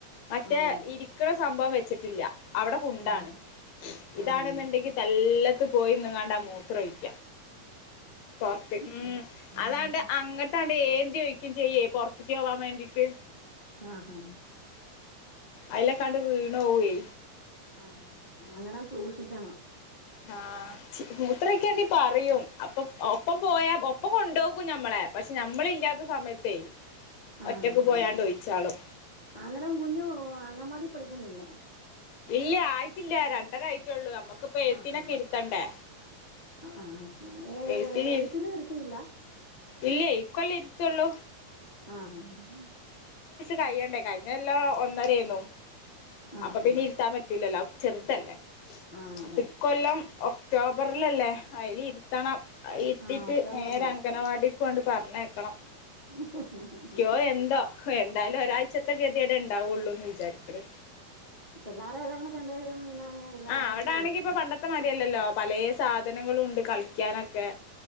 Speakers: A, on the left; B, on the left.
A: മറ്റേ
B: അതെ
A: ഇരിക്കുന്ന സംഭവം വെച്ചിട്ടില്ല അവിടെ കൊണ്ടാണ്
B: ആഹ്
A: ഇതാണെന്നുണ്ടെങ്കിൽ
B: ആഹ്
A: തല്ല ത്ത് പോയി നിങ്ങാണ്ടാ മൂത്രഴിക്ക പൊറത്ത് ഉ
B: ഉം ഉം
A: അതണ്ട് അങ്ങോട്ടണ്ട് വിടെ ഏന്തി ചോദിക്കും ചെയ്യേ പുറത്തേക്ക് പോവാൻ വേണ്ടീട്ട്
B: ആഹ് ഹഹ
A: അലെ കണ്ട് വീണ പോയി
B: ആഹ അങ്ങട സൂക്ഷിക്കണം
A: ആഹ മൂത്രക്കാണ്ടി പറയും അപ്പൊ ഒപ്പം പോയാ ഒപ്പം കൊണ്ടുപോക്കും ഞമ്മളെ പക്ഷെ നമ്മള ഇല്ലാത്ത സമയത്തേ
B: ആഹ
A: ഒറ്റക്ക് പോയാണ്ട്
B: അത
A: ഒഴിച്ചാളും
B: അന്നേരം കുഞ്ഞു അങ്ങമാടി പിടിക്കുന്നില്ലേ
A: ഇല്ല ആയിട്ടില്ല രണ്ട കയിട്ടുള്ളൂ നമ്മക്കിപ്പ എഴുതിനിക്കോ
B: ആഹാ
A: ഇരുത്തണ്ടേ
B: ആഹ് ഏ
A: എഴുത്തിന്
B: എഴുത്തിനും ഇരുത്തിയില്ല
A: ഇല്ലേ ഇകൊല്ലം ഇരുത്തുള്ളൂ
B: ആഹ് ഹഹ ആ്
A: കഴ്യണ്ടേ കഴിഞ്ഞ എല്ലാം ഒന്നര ആന്നു
B: ആഹ്
A: അപ്പൊ പിന്നെ ഇരുത്താൻ പറ്റലല്ലോ ചെറുതല്ലേ
B: ആഹ് അതെ
A: അപ്പൊ ഇ കൊല്ലം ഒക്ടോബറിലല്ലേ അതിനു ഇരുത്തണം ഇട്ടീട്ട്
B: ആഹ് ഒക്ടോബറിലാ
A: നേരെ അംഗനവാടിക്ക് കൊണ്ട് പറഞ്ഞേക്കണം
B: ഉ <inaudible>
A: ഓ എന്തോ എന്തായാലും ഒരാഴ്ചത്തെ ഗതിടെ ഇണ്ടാവുള്ളൂന്ന് വിചാരിക്കണ്
B: പിള്ളോരെല്ലാം കണ്ട് കഴിഞ്ഞപ്പോ പിന്നെ അങ്ങ് ഇതായിക്കോളും
A: ആഹ അവിടൊണെങ്കി ഇപ്പൊ പണ്ടത്തെ മരിയല്ലല്ലോ പലയ സാധനങ്ങളും ഉണ്ട് കളിക്കാനൊക്കെ